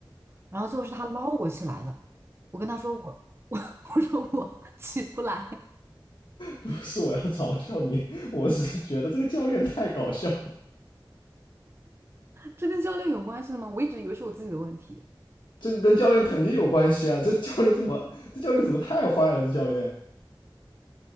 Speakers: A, on the right (about 30°); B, on the left (about 65°).
A: 然后最后是他捞我起来的。我跟他说我我 <laughs> 我说我起不来，
B: 不是我要嘲笑你，<laughs> 我只是觉得这个教练太搞笑，
A: 这跟教练有关系吗？我一直以为是我自己的问题。
B: 这个跟教练肯定有关系啊！这教练怎么，这教练怎么太坏了？这教练，